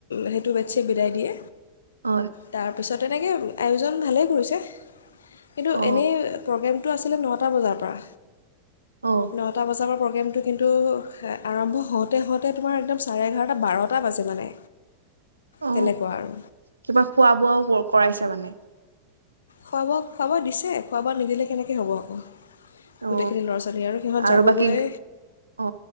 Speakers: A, on the left (about 65°); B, on the right (about 80°).
A: সেইটো বেটছে বিদায় দিয়ে
B: হয়
A: তাৰপিছত তেনেকৈ আয়োজন ভালে কৰিছে কিন্তু
B: অ
A: এনে প্ৰগ্ৰেম টো আছিলে নটা বজাৰ পৰা
B: অ
A: নটা বজাৰ প্ৰব্লেম টো কিন্তু আৰম্ভ হয় তেহঁতে তোমাৰ একদম চাৰে এঘাৰ টা বাৰটা বাজে মানে
B: অ
A: তেনেকুৱা আৰু
B: কিবা খোৱা বোৱাও ক কৰাইছে তামানে
A: খোৱা ব খোৱাব দিছে খোৱাাব নিদিলে কেনেকৈ হ'ব আকৌ
B: অ
A: গোটেইখিনি ল'ৰা ছোৱালী সিহঁত
B: আৰু
A: যাবগৈ
B: বাকী অ